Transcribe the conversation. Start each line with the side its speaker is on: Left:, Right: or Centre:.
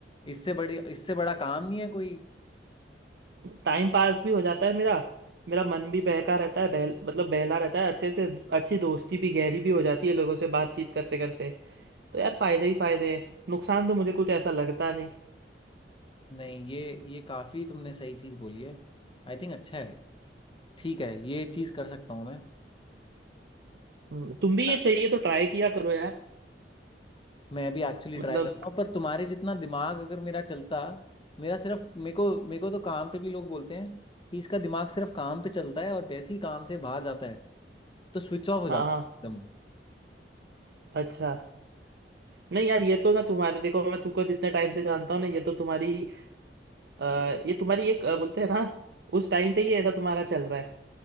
Left: इससे बड़ी इससे बड़ा काम नहीं है कोई
Right: टाइम पास भी हो जाता है मेरा मेरा मन भी बहका रहता है बहल मतलब बहला रहता है अच्छे से अच्छी दोस्ती भी गहरी भी हो जाती है लोगों से बातचीत करते करते तो यार फायदे ही फायदे हैं नुकसान तो मुझे कुछ ऐसा लगता नहीं
Left: नहीं ये ये काफी तुमने सही चीज बोली है आई थिंक अच्छा है ठीक है ये चीज कर सकता हूँ मैं
Right: हम्म, तुम भी
Left: पर
Right: ये चाहिए तो ट्राई किया करो यार
Left: मैं भी एक्चुअली
Right: मतलब
Left: ट्राई करता हूँ पर तुम्हारे जितना दिमाग अगर मेरा चलता मेरा सिर्फ मेरे को मेरे को तो काम पे भी लोग बोलते हैं कि इसका दिमाग सिर्फ काम पे चलता है और जैसे ही काम से बाहर जाता है तो स्विच ऑफ हो जाता
Right: हाँ हाँ
Left: है एकदम
Right: अच्छा नहीं यार ये तो ना तुम्हारे देखो मैं तुमको जितने टाइम से जानता हूँ ना ये तो तुम्हारी अ, ये तुम्हारी एक अ, बोलते हैं ना उस टाइम से ही ऐसा तुम्हारा चल रहा है